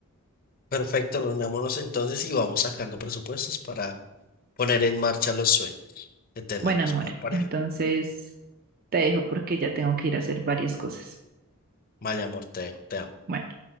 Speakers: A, on the left; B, on the right.
A: Perfecto, reunámonos entonces y vamos sacando presupuestos para poner en marcha los sueños que tenemos
B: Bueno, amor,
A: como pareja.
B: entonces te dejo porque ya tengo que ir a hacer varias cosas.
A: Vale, amor, te dejo, te amo.
B: Bueno.